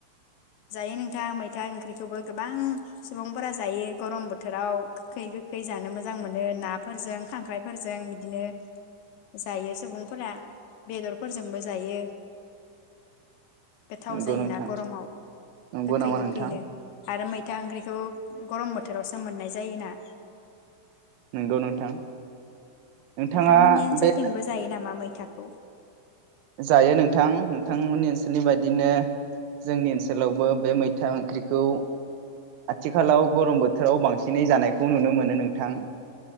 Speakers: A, on the left; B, on the right.
A: जायो नोंथां मैथा ओंख्रिखौबो गोबां सुबुंफोरा जायो गरम बोथोराव गोखै गोखै जानो मोजां मोनो नाफोरजों खांख्राइफोरजों बिदिनो जायो सुबुंफोरा बेदरफोरजोंबो जायो। गोथाव
B: नंगौ
A: जायोना
B: नोंथां
A: गरमाव
B: नंगौ
A: गोखै
B: नामा
A: गोखैनो
B: नोंथां।
A: आरो मैथा ओंख्रिखौ गरम बोथोरावसो मोननाय जायोना।
B: नंगौ नोंथां। नोंथाङा
A: नोंथांमोननि ओनसोलथिंबो
B: बे
A: जायो नामा? मैथाखौ
B: जायो नोंथां नोंथांमोननि ओनसोलनि बायदिनो जोंनि ओनसोलावबो बे मैथा ओंख्रिखौ आथिखालाव गरम बोथोराव बांसिनै जानायखौ नुनो मोनो नोंथां